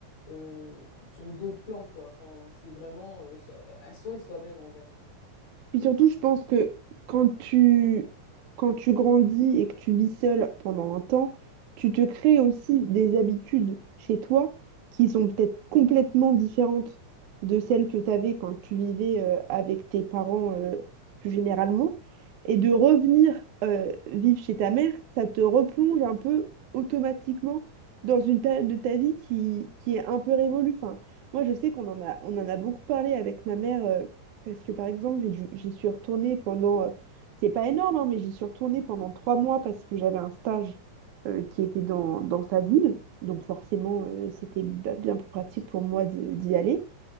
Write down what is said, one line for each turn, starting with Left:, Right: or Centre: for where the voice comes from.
Left: euh, sur d'autres plans, quoi. Enfin, c'est vraiment euh, so- à soi et soi-même en vrai.
Right: Puis surtout, je pense que quand tu, quand tu grandis et que tu vis seul pendant un temps, tu te crées aussi des habitudes chez toi qui sont peut-être complètement différentes de celles que tu avais quand tu vivais euh, avec tes parents euh, plus généralement. Et de revenir euh, vivre chez ta mère, ça te replonge un peu automatiquement dans une période de ta vie qui, qui est un peu révolue. Enfin, moi, je sais qu'on en a, on en a
Left: Mm.
Right: beaucoup parlé avec ma mère. euh, parce que par exemple, j'ai dû- j'y suis retournée pendant, euh, c'est pas énorme, hein, mais j'y suis retournée pendant trois mois parce que j'avais un stage euh, qui était dans, dans sa ville. Donc forcément, euh, c'était ba- bien plus pratique
Left: Pratique.
Right: pour moi de- d'y aller.